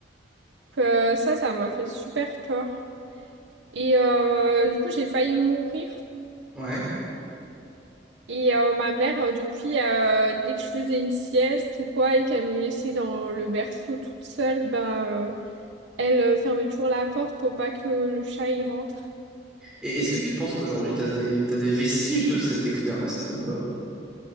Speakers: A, on the right; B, in the centre.
A: Donc, Euh, ça, ça m'a fait super peur. Et euh, du coup, j'ai failli mourir.
B: Ouais.
A: Et euh, ma mère, euh, depuis, euh, dès que je faisais une sieste ou quoi, et qu'elle me laissait dans le berceau toute seule, bah, euh, elle euh, fermait toujours la porte pour pas que le chat y rentre.
B: Et est-ce que tu penses qu'aujourd'hui, t'as des, t'as des vestiges de cette expérience-là ou pas?